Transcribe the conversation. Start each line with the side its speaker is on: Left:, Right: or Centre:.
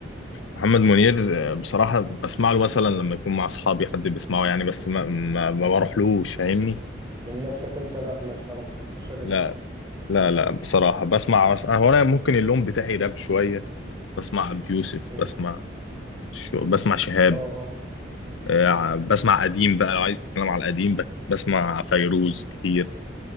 Left: محمد منير آه، بصراحه بسمع له مثلا لما يكون مع اصحابي حد بيسمعه يعني بس ما ما, ما بروحلوش فاهمني
Right: من نفسك أنت لا مش هروح مش هاجي
Left: لا
Right: أسمعك
Left: لا لا بصراحه بسمع مثلا هو انا ممكن اللون بتاعي راب شويه بسمع ابي يوسف
Right: مم.
Left: بسمع شو بسمع شهاب
Right: أه أه
Left: آه، بسمع قديم بقى لو عايز تتكلم على القديم بك- بسمع فيروز كتير